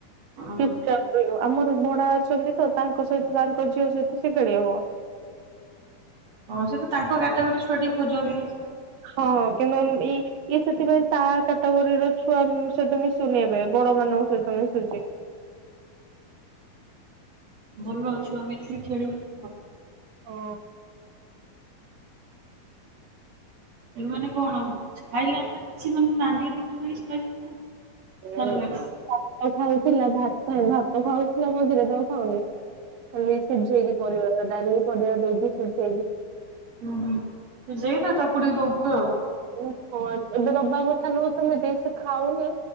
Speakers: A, on the right; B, on the right.
A: ଓହୋ
B: ଚୁପ୍ ଚାପ୍ ରହିବ, ଆମର ଭଡା ଅଛନ୍ତି ତ ତାଙ୍କ ସହିତ ତାଙ୍କ ଝିଅ ସହିତ ସେ ଖେଳି ହବ।
A: ହଁ ସେ ତ ତାଙ୍କ କାଟାଗୋରି ଛୁଆ ଟିକେ ଖୋଜନ୍ତି, ଇଏ ସିଏ।
B: ହଁ କିନ୍ତୁ ଆମ ଇ ଇଏ ସେଥିପାଇଁ ତା କାଟାଗୋରି ର ଛୁଆ ସହିତ ମିଶୁନି ଏବେ ବଡ ମାନଙ୍କ ସହିତ ମିଶୁଛି।
A: ଭଲ ଛୁଆ ମିଶିକି ଖେଳିବୁ <inaudible>
B: ଓ,
A: ଏ ମାନେ କଣ, ଖାଇଲାନି ନା କିଛି ମାନଙ୍କୁ ରାନ୍ଧିକି ଦଉଛନ୍ତି ନା କିଛି ଖାଇତେ ନା
B: ଏଇଆ।
A: ସେଲାକ୍ସ।
B: ଆଉ ଖାଉଥିଲା ଭାତ, ଭାତ ଖାଉଥିଲା ମଝିରେ ଏବେ ଆଉ ଖାଉନି। ଖାଲି ସିଝେଇକି ପରିବା, ଡାଲି ପରିବା ଦେଇକି ସିଝେଇକି
A: ଓ ହଁ, ସେ ଯେଇଟା ଚକୁଡିକି ଦଉଥିବେ ଆଉ।
B: <unintelligible> ଏବେ ଦବା କଥା ନୁହଁ ସେମିତି, ସେ ଖାଉନି